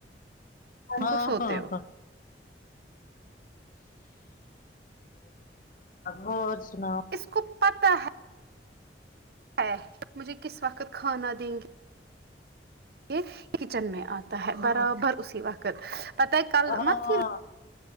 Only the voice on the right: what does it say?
کو سوتے
ہو
اس کو پتہ ہے ہے مجھے کس وقت کھانا دیں گے یہ کچن میں آتا ہے برابر
اسی وقت پتہ ہے کل
مت
ہی